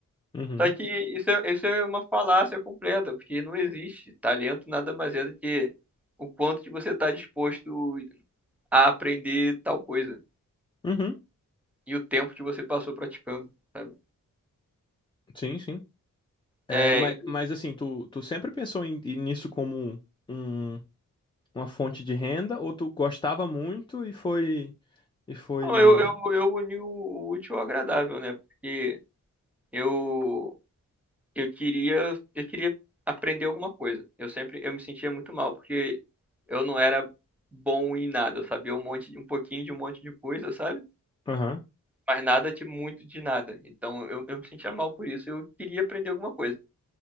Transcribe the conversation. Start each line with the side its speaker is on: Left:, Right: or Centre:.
Left: Uhum.
Centre: Só que isso é, isso é uma falácia completa, porque não existe. Talento nada mais é do que o quanto que você tá disposto a aprender tal coisa.
Left: Uhum.
Centre: e o tempo que você passou praticando, sabe?
Left: Sim, sim. É,
Centre: É,
Left: mas,
Centre: então,
Left: mas assim, tu, tu sempre pensou em- em- nisso como um, um, uma fonte de renda ou tu gostava muito e foi e foi
Centre: eu, eu, eu uni o útil ao agradável, né? Porque eu, eu queria, eu queria aprender alguma coisa. Eu sempre, eu me sentia muito mal, porque eu não era bom em nada, eu sabia um monte, um pouquinho de um monte de coisa, sabe?
Left: Aham.
Centre: Mas nada de muito de nada. Então eu, eu me sentia mal por isso, eu queria aprender alguma coisa.